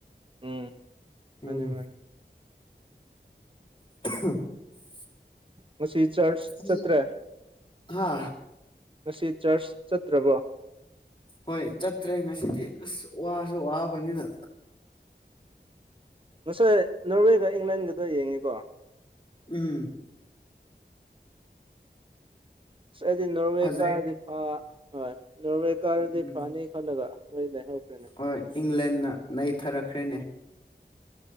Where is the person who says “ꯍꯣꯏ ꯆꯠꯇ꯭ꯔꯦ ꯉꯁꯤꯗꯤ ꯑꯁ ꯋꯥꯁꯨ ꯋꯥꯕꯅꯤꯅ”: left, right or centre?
Left